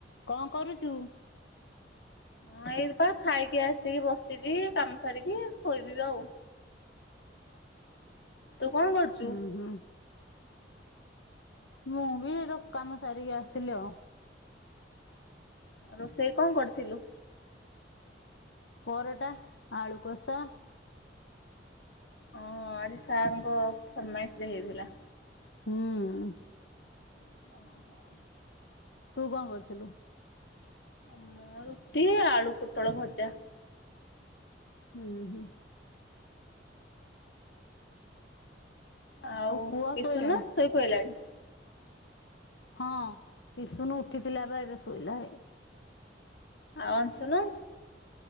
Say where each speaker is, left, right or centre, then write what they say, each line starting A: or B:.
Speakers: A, on the left (about 80°); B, on the left (about 70°).
A: ଚୁଉଁ କଁ କରୁଚୁ?
B: ହଁ ଏଇପା ଖାଇକି ଆସିକି ବସିଛି କାମ ସାରିକି ଶୋଇବିବି ଆଉ। ତୁ କଣ କରୁଚୁ?
A: ହୁଁ ହୁଁ ମୁଁ ବି ଏଇ ଦୋକାନ କାମ ସାରିକି ଆସିଲି ଆଉ।
B: ରୋଷେଇ କଣ କରିଥିଲୁ?
A: ପରଟା, ଆଳୁକୋଷା।
B: ଓଁ ଆଜି ସାର୍ ଙ୍କ ଫର୍ ମାଲିଶ୍ ରେ ହେଇଥିଲା।
A: ହୁଁ -ଉଁ -ଉଁ।
B: <inaudible>
A: ତୁ କଁ କରିଥିଲୁ?
B: ମୁଁ ରୁଟି ଆଳୁ ପୋଟଳ ଭଜା।
A: ହୁଁ -ହୁଁ।
B: ଆଉ
A: ପୁଅ
B: କିସନ
A: ଶୋଇଲାଣି?
B: ଶୋଇପଡିଲାଣି।
A: ହଁ ପିସୁନୁ ଉଠିଥିଲା ବା ଏବେ ଶୋଇଲା ହେ
B: ଆଉ ଅଶୁନୁ।